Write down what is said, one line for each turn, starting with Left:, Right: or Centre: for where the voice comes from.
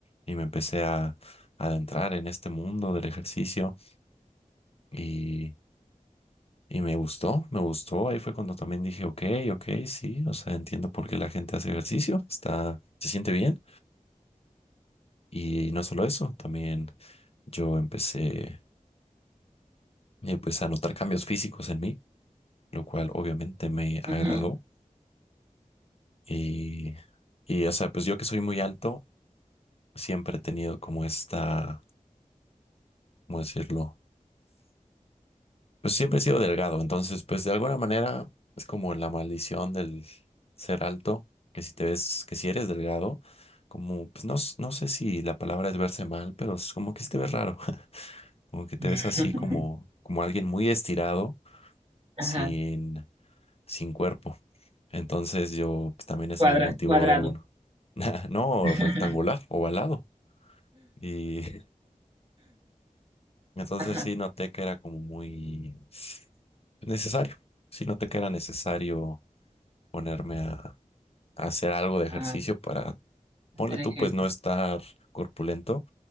Left: y me empecé a adentrar en este mundo del ejercicio y, y me gustó, me gustó. Ahí fue cuando también dije, ok, ok, sí, o sea, entiendo por qué la gente hace ejercicio, está, se siente bien. Y no solo eso, también yo empecé eh, pues a notar cambios físicos en mí, lo cual obviamente me agradó
Right: ujú.
Left: y... Y, o sea, pues yo que soy muy alto, siempre he tenido como esta ¿cómo decirlo? Pues siempre he sido delgado, entonces pues de alguna manera es como la maldición del ser alto, que si te ves, que si eres delgado, como pues no, s- no sé si la palabra es verse mal, pero es como que si te ves raro, <laughs> como que te
Right: <laughs>
Left: ves así como, como alguien muy estirado,
Right: Ajá,
Left: sin, sin cuerpo. Entonces yo pues, también eso
Right: cuadra,
Left: me motivó
Right: cuadrado.
Left: de alguno. <laughs> No
Right: <laughs>
Left: rectangular, ovalado. Y <laughs> entonces
Right: Ajá,
Left: sí noté que era como muy necesario. Si no te queda necesario ponerme a, a hacer algo de ejercicio
Right: ah,
Left: para,
Right: hacer
Left: ponle tú,
Right: ejercicio.
Left: pues no estar corpulento,